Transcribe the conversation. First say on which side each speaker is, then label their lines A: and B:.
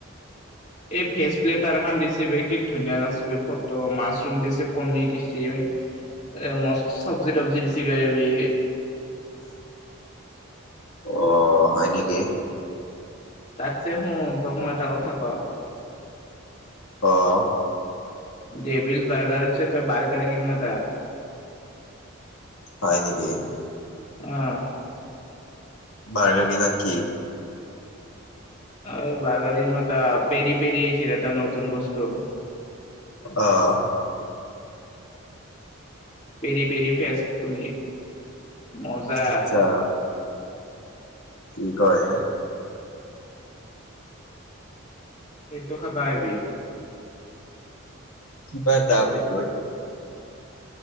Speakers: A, on the left; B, on the left.
A: উ।
B: এই ফেচ প্লেটাৰ খন দিছে, কি ধুনীয়া লাগিছে ব ফটো। মাছৰুম দিছে কৰ্ণি দিছে এ মই সব্জি তবজি দিছে গ বি
A: অ', হয় নেকি?
B: তাতছে শুন তোক মই এটা কথা কওঁ
A: অ'।
B: ডেভিলছ বাৰ্গাৰ আছে, ত বাৰ্গাৰ কিং নতা
A: হয় নেকি?
B: উম্।
A: বাৰ্গবি ন কি?
B: আৰুঐ বাৰ্গাৰিং মত পেৰি পেৰয়ছিলটাৰ নতুন বস্তু।
A: অ'
B: পেৰি পেৰি ফেষ্ট। বুলি মজা
A: আচ্ছা কি কয়?
B: সেইটো খাবা আহিবি
A: কিবাৰ দাম। সেই বোৰ